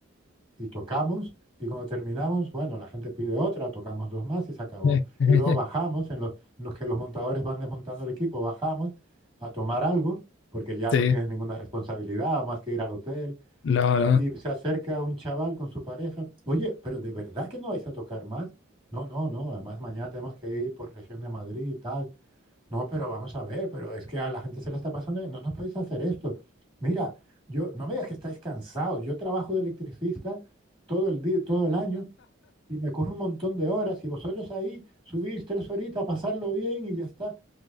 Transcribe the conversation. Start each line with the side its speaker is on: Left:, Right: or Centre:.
Right: Y tocamos y cuando terminamos, bueno, la gente pide otra, tocamos dos más y se acabó.
Left: <laughs>
Right: Y luego bajamos, en los, en los que los montadores van desmontando el equipo, bajamos a tomar algo, porque ya
Left: Sí,
Right: no tienes ninguna responsabilidad más que ir al hotel.
Left: no, no.
Right: Y se acerca un chaval con su pareja. Oye, pero ¿de verdad que no vais a tocar más? No, no, no. Además, mañana tenemos que ir por región de Madrid y tal. No, pero vamos a ver, pero es que a la gente se le está pasando. bien, No nos podéis hacer esto. Mira, yo, no me digas que estáis cansados. Yo trabajo de electricista todo el día, todo el año y me corro un montón de horas. Y vosotros ahí subís tres horitas a pasarlo bien y ya está.